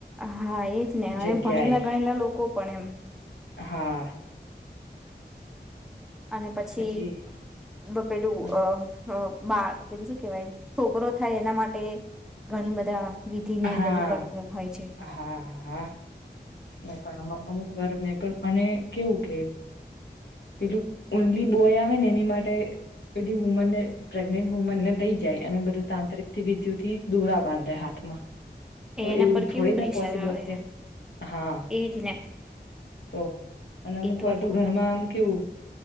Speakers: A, in the centre; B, on the left (about 85°).
A: હા એજ ને અને
B: જગ્યાએ
A: ભણેલા ગણેલા લોકો પણ એમ
B: હા
A: અને પછીપેલું
B: પછી હા
A: અ બાળ પેલું શું કેવાય છોકરો થાય એના માટે ઘણી બધા વિધિને
B: હા
A: બધું કરતા હોય છે.
B: હા હા એ પણ અમુક વાર મે અને કેવું કે પેલું ઓનલી બોય આવે ને એની માટે પે વુમનને પ્રેગ્નેન્ટ વુમનને લઈ જાય અને બધા તાંત્રિક વિધિઓથી દોરા બાંધે હાથમાં
A: એ
B: હ
A: એના
B: એવું
A: પર
B: થોડી
A: કેવું પ્રેશર
B: ના પોસિબલ
A: આવે
B: છે હા
A: એજ ને
B: તો અને અમુક
A: એ
B: વાર
A: આખું
B: તો ઘરમાં આમ કેવું